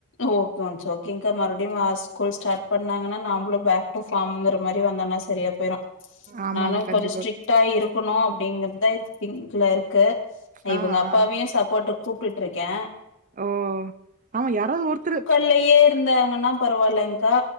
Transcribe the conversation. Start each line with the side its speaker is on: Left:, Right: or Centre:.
Left: ஓகே ஒன்ஸ் ஓகேங்கா மறுபடியு வே ஸ்கூல் ஸ்டார்ட் பண்ணாங்கன்னா நம்மலு பேக் ட்டு ஃபார்ம்ங்குற மாரி வந்தோன்னா சரியா போயிரு
Right: ஆமா,
Left: நானு
Right: ஆமா. கண்டிப்பாக.
Left: கொஞ்சோ ஸ்ட்ரிக்டா இருக்கணு அப்டிங்கறதுதா திங்க்ல இருக்கு நா
Right: ஆ,
Left: இவ்ங்க அப்பாவையு
Right: ஆ.
Left: சப்போர்ட்டுக் கூப்ட்டுட்டுருக்கே
Right: அ ஆமா யாராவ்து ஒருத்தரு
Left: ட்லேயே இருந்தாங்கன்னா பரவாயில்லங்கக்கா